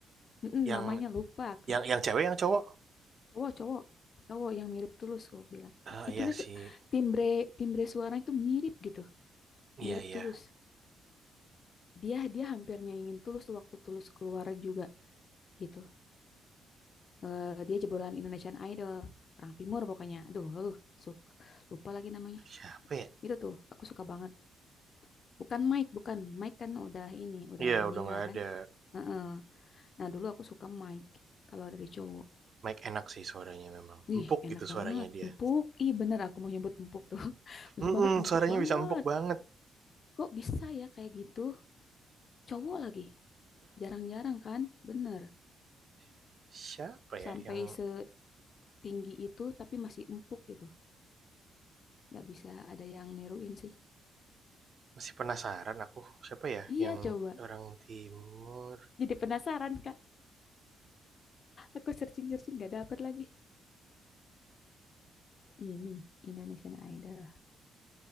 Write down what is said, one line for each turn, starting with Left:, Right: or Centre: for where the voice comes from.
Left: Mm-mm,
Right: yang
Left: namanya lupa aku.
Right: yang yang cewek, yang cowok?
Left: cowok cowok cowok yang mirip Tulus gue bilang
Right: Ah
Left: itu
Right: iya
Left: nih
Right: sih,
Left: tuh timbre timbre suara itu mirip gitu
Right: iya
Left: mirip
Right: iya.
Left: Tulus dia dia hampir nyaingin Tulus tuh waktu Tulus keluar juga gitu Eh, dia jebolan Indonesian Idol orang Timur pokoknya aduh uh, suk lupa lagi namanya
Right: Siapa ya?
Left: itu tuh aku suka banget bukan Mike bukan Mike kan udah ini udah
Right: Iya
Left: meninggal
Right: udah nggak ada,
Left: kan Heeh. nah dulu aku suka Mike kalau dari cowok
Right: Mike enak sih suaranya memang,
Left: Wih,
Right: empuk
Left: enak
Right: gitu suaranya
Left: banget.
Right: dia.
Left: Empuk. Ih, bener aku mau nyebut empuk tuh. <laughs> Bener
Right: Hmm
Left: banget, empuk
Right: suaranya
Left: banget.
Right: bisa empuk banget,
Left: kok bisa ya kayak gitu cowok lagi jarang-jarang kan bener
Right: <laughs> Siapa
Left: sampai
Right: ya yang
Left: setinggi itu tapi masih empuk gitu nggak bisa ada yang niruin sih
Right: Masih penasaran aku, siapa ya
Left: iya
Right: yang
Left: coba
Right: orang timur?
Left: jadi penasaran kak aku searching-searching nggak dapet lagi ini Indonesian Idol